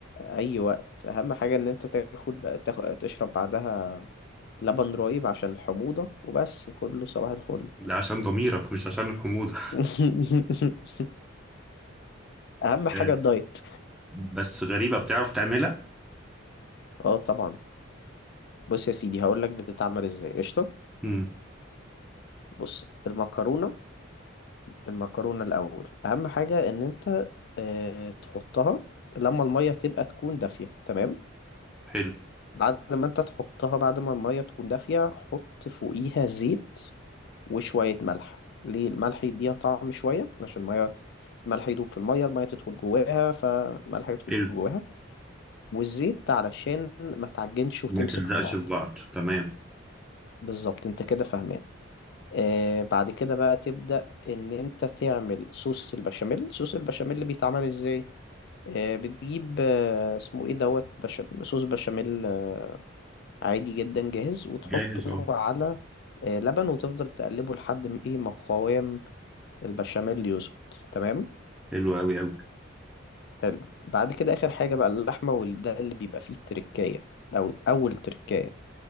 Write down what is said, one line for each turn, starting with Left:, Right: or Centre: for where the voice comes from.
Left: أي وقت أهم حاجة إن أنت تاخد تاخد تشرب بعدها لبن رايب عشان الحموضة وبس كله صباح الفل
Centre: لا عشان ضميرك مش عشان الحموضه
Left: <laughs> أهم حاجة
Centre: <laughs> آه،
Left: الدايت
Centre: بس غريبه بتعرف تعملها
Left: اه طبعا بص يا سيدي هقولك بتتعمل ازاي قشطة
Centre: امم
Left: بص المكرونة المكرونة الأول أهم حاجة إن أنت آه، تحطها لما المية تبقى تكون دافية تمام
Centre: حلو
Left: بعد ما أنت تحطها بعد ما المية تكون دافية حط فوقيها زيت وشوية ملح ليه الملح يديها طعم شوية عشان المية الملح يدوب في المية المية تدخل جواها فالملح يدخل
Centre: حلو
Left: جواها والزيت علشان ما تعجنش وتمسك
Centre: ما تلزقش
Left: في بعض
Centre: في بعض تمام
Left: بالظبط أنت كده فاهمان آه بعد كده بقى تبدأ ان انت تعمل صوص البشاميل صوص البشاميل اللي بيتعمل ازاي آه بتجيب آه اسمه ايه دوت بشام... صوص بشاميل آه، عادي جدا جاهز وتحطه
Centre: جاهز اهو
Left: على آه لبن وتفضل تقلبه لحد ما ايه ما قوام البشاميل يظبط تمام
Centre: حلو قوي قوي
Left: حلو بعد كده اخر حاجة بقى اللحمة وده اللي بيبقى فيه التركاية او اول تركاية